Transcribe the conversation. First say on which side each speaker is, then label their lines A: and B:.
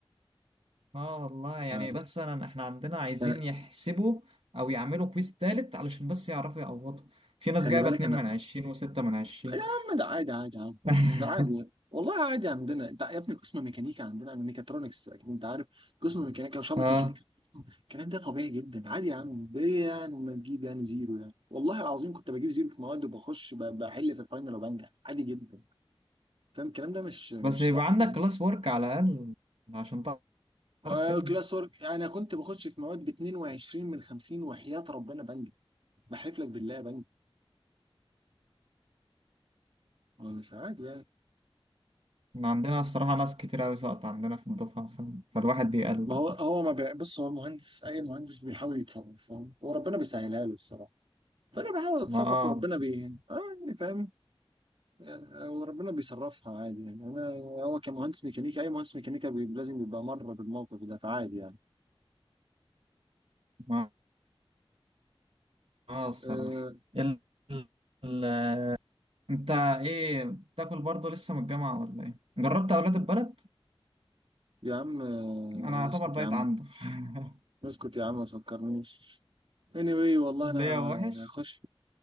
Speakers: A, on the right; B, on the right.
A: اه والله
B: مش
A: يعني
B: عارف.
A: بس انا احنا عندنا عايزين
B: أنا-
A: يحسبوا او يعملوا كويس تالت علشان بس يعرفوا يعوضوا في ناس
B: خلي
A: جايبة
B: بالك
A: اتنين
B: انا
A: من عشرين وستة من عشرين
B: يا عم ده عادي عادي عادي
A: <laughs>
B: ده عادي والله عادي عندنا انت يا ابني قسم ميكانيكا عندنا من ميكاترونكس اكيد انت عارف قسم ميكانيكا وشعبة
A: اه
B: ميكانيكا الكلام ده طبيعي جدا عادي يا عم ليه يعني ما تجيب يعني زيرو يعني والله العظيم كنت بجيب زيرو في مواد وبخش ب- بحل في الفاينل وبنجح عادي جدا فاهم الكلام ده مش مش
A: بس يبقى
B: صعب
A: عندك
B: يعني
A: كلاس ورك على الاقل عشان تعرف
B: آه،
A: تنجح
B: كلاس ورك انا كنت بخش في مواد ب 22 من 50 وحياة ربنا بنجح بحلف لك بالله بنجح هو مش عادي يعني
A: إحنا عندنا الصراحة ناس كتير اوي سقط عندنا في الدفعة ف- فالواحد بيقلق
B: ما هو
A: برضه.
B: هو ما بي... بص هو المهندس اي مهندس بيحاول يتصرف فاهم وربنا بيسهلها له الصراحه فانا بحاول اتصرف
A: ما اه
B: وربنا بي اه يعني فاهم يعني وربنا بيصرفها عادي يعني انا هو كمهندس ميكانيكا اي مهندس ميكانيكا بي... لازم يبقى مر بالموقف ده فعادي يعني
A: ما اه الصراحة
B: آه
A: ال... ال... انت ايه بتاكل برضه لسه من الجامعة ولا ايه؟ جربت اولاد البلد؟
B: يا عم آه،
A: انا اعتبر
B: اسكت
A: بقيت
B: يا عم
A: عنده <laughs>
B: اسكت يا عم ما تفكرنيش anyway والله
A: ليا
B: انا
A: وحش
B: انا هخش